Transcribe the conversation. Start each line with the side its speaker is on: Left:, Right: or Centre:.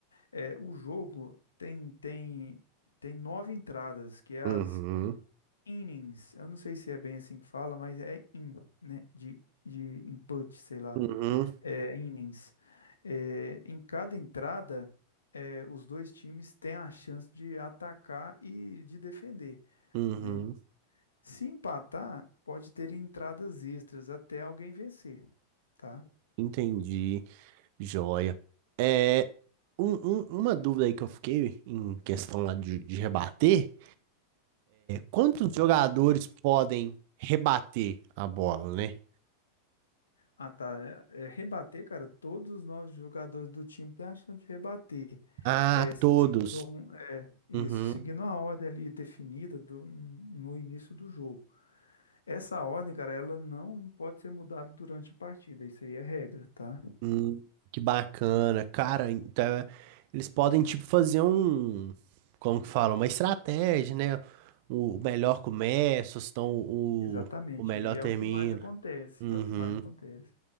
Left: É, o jogo tem, tem, tem nove entradas, que é as
Right: Uhum,
Left: innings. Eu não sei se é bem assim que fala, mas é in, né? De, de input, sei lá.
Right: uhum,
Left: É, innings. É, em cada entrada, é, os dois times têm a chance de atacar e de defender,
Right: uhum,
Left: né? Se empatar, pode ter entradas extras até alguém vencer, tá?
Right: entendi, joia. É, um- um- uma dúvida aí que eu fiquei em questão lá de de rebater, Quantos jogadores podem rebater a bola, né?
Left: Ah, tá. É, é, rebater, cara, todos os nove jogadores do time têm a chance de rebater.
Right: Ah,
Left: É, seguindo
Right: todos.
Left: um- é, isso,
Right: Uhum.
Left: seguindo a ordem ali definida do- no início do jogo. Essa ordem, cara, ela não pode ser mudada durante a partida. Isso aí é regra, tá?
Right: Hum, que bacana. Cara, então, é, eles podem, tipo, fazer um. Como que fala? Uma estratégia, né? O melhor começa, então o,
Left: Exatamente.
Right: o melhor
Left: E
Right: termina.
Left: é o que mais acontece.
Right: Uhum.
Left: É o que mais acontece.